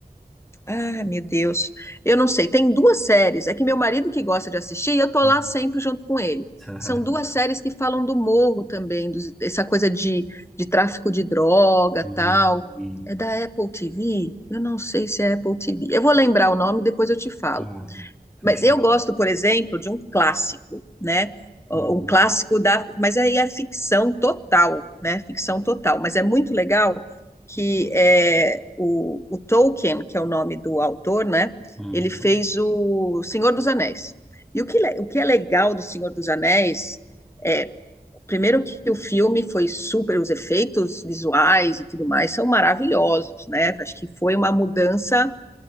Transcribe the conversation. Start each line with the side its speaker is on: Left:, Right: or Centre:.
Left: Ai, meu Deus. Eu não sei. Tem duas séries. É que meu marido que gosta de assistir, e eu tô
Centre: eita,
Left: lá sempre junto com ele.
Centre: <laughs>
Left: São duas séries que falam do morro também, dos- essa coisa de, de tráfico de droga,
Centre: Sim.
Left: tal. É da Apple TV? Eu não sei se é Apple TV. Eu vou lembrar o nome, depois eu te falo.
Centre: Tá. Fechou.
Left: Mas eu gosto, por exemplo, de um clássico, né?
Centre: Uhum.
Left: Um clássico da. Mas aí é ficção total, né? Ficção
Centre: É.
Left: total. Mas é muito legal que é, o, o Tolkien, que é o nome do autor, né?
Centre: Uhum.
Left: Ele fez o Senhor dos Anéis. E o que, le- o que é legal do Senhor dos Anéis é, primeiro que o filme foi super, os efeitos visuais e tudo mais são maravilhosos, né? Acho que foi uma mudança